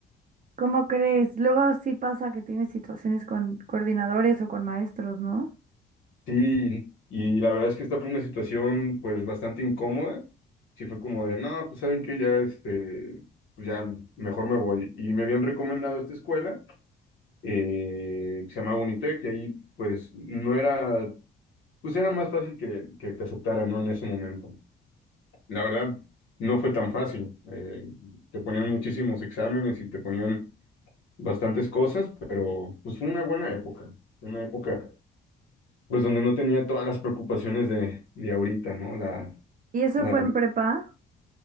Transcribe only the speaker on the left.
Sí, y la verdad es que esta fue una situación pues bastante incómoda. Sí fue como de, no, pues saben que ya este, pues ya mejor me voy. Y me habían recomendado esta escuela, eh, que se llama Bonitec, y ahí pues no era, pues era más fácil que, que te aceptaran, ¿no? En ese momento. La verdad, no fue tan fácil. Eh, te ponían muchísimos exámenes y te ponían bastantes cosas, pero pues fue una buena época, una época pues donde no tenía todas las preocupaciones de, de ahorita, ¿no? La,
la,